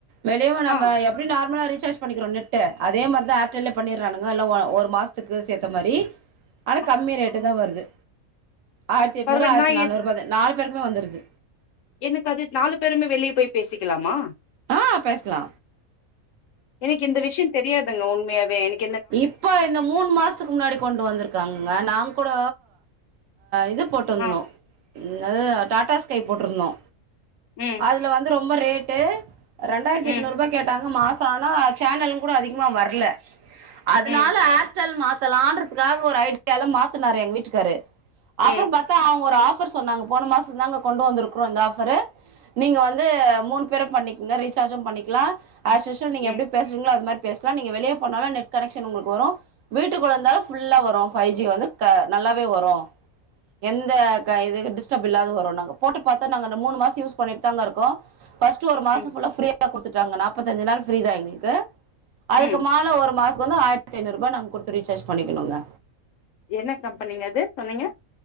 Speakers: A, on the right; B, on the left.
A: வெளியு நம்ம
B: ஆ
A: எப் எப்டி நார்மலா ரீசார்ஜ் பண்ணிக்றோ நெட்டு அதேமார்தா ஏர்ட்டெல்லயு பண்ணிரானுங்க ஒரு மாசத்துக்கு சேத்த மாரி
B: <inaudible>
A: ஆனா கம்மி ரேட்டு தா வருது ஆயிரத்துஎட்நூறு
B: பரவாயில்
A: ஆயிரத்து
B: நா
A: நானூறுபாது நாலு பேருக்குமே வந்துருது
B: எனக் அது நாலு பேருமே வெளியே போய் பேசிக்கலாமா
A: ஆ பேஸ்லா
B: எனக் இந்த விஷயந் தெரியாதுங்க உண்மையாவே எனக்
A: இப்ப இந்த மூணு மாச இதுக் முன்னாடி கொண்டு வந்துருக்காங்கங்க நாங் கூட இது போட்ருந்தோ
B: ஆ
A: இன்னாது டாட்டா ஸ்கை போட்ருந்தோ
B: ம்
A: அதுல வந்து ரொம்ப ரேட்டு ரெண்டாயிரத்தி
B: ம்
A: எட்நூறு ரூபாய்க் க்கேட்டாங்க மாச ஆனா ச்சேனலு கூட அதிகமா வரல அதனால
B: ம்
A: ஏர் ர்ட்டல் மாத்தலான்றதுக்காக ஒரு ஐடியால மாத்தினாரு எங் வீட்டுக்காரு
B: ம்
A: அப்றம் பாத் அவுங்க ஒரு ஆஃபர் சொன்னாங்க போன மாசந்தாங்க கொண்டு வந்துருக்றோ இந்த ஆபரு நீங்க வந்து மூணு பேரு பண்ணிக்ங்க ரீசார்ஜு பண்ணிக்கலா ஆஸ்யூஷல் நீங்க
B: ம்
A: எப்டி பேசறீங்களோ அது மாரி பேசலா நீங்க வெளியே போனாலு நெட் கனெக்க்ஷன் உங்ளுக்கு வரு வீட்டுக்குள்ள இருந்தாலு புல்லா வரு பை ஜி வந்து நல்லாவே வரு எந்த க இது டிஸ்டப் இல்லாத வரு நாங்க போட்டு பாத்தா நாங்க மூணு மாச யூஸ் பண்ணிட்டு தாங்க இருக்கோ ஃபர்ஸ்ட் ஒரு மாச
B: ம்
A: ஃபுல்லா ஃப்ரீயா தப்பாகுடுத்துட்டாங்க நாபத்தஞ்சு நாள் ஃப்ரீ தா எங்ளுக்கு அதுக்குமால
B: ம்
A: ஒரு மாச கொன்னு ஆயிரத்து ஐநூறுபா நாங்க குடுத்து ரீசார்ஜ் பண்ணிக்கணுங்க
B: என்ன கம்பெனிங்க அது சொன்னீங்க